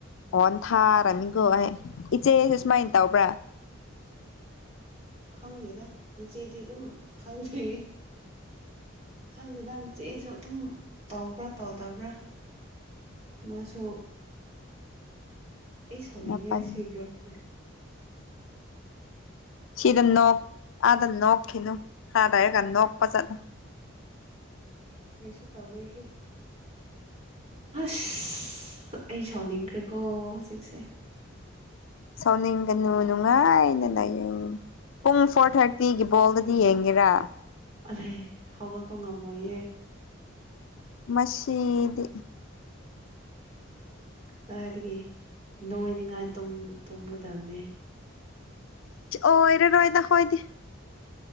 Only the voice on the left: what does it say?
ꯑꯣꯟ ꯊꯥꯔꯅꯤꯀꯣ ꯑꯩ ꯏꯆꯦ ꯁꯦ ꯁꯨꯃꯥꯏꯅ ꯇꯥꯎꯕ꯭ꯔꯥ
ꯃꯥꯄꯜ
ꯁꯤꯗ ꯅꯣꯛ ꯑꯥꯗ ꯅꯣꯛꯈꯤꯅꯨ ꯈꯔꯗ ꯍꯥꯏꯔꯒ ꯅꯣꯛꯄ ꯆꯠꯂꯨ ꯎꯝ
ꯁꯥꯎꯅꯤꯡꯒꯅꯨ ꯅꯨꯡꯉꯥꯏꯅ ꯂꯥꯏꯌꯡ ꯄꯨꯡ ꯐꯣꯔ ꯊꯥꯔꯇꯤꯒꯤ ꯕꯣꯜꯗꯗꯤ ꯌꯦꯡꯒꯦꯔꯥ
ꯃꯁꯤꯗꯤ
ꯑꯣꯏ ꯑꯣꯏꯔ ꯔꯣꯏꯗ ꯍꯣꯏꯗꯤ